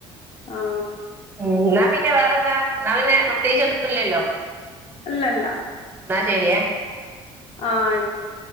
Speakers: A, on the left; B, on the right.
A: ആഹ
B: ഉ ാ പിന്നെ വേറെന്താ ാ പിന്നെ പ്രത്യേകിച്ച ഒന്നല്ലല്ലോ
A: അല്ലല്ല
B: ശരിയ
A: ആഹ ആയിക്കോട്ടെ